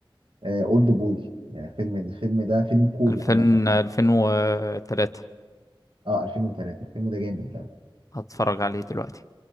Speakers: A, on the right (about 70°); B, on the left (about 40°).
A: أولد بوي يعني فيلم الفيلم ده فيلم كوري
B: 2000
A: عامة
B: 2003
A: اه 2003 الفيلم ده جامد يعني.
B: هتفرج عليه دلوقتي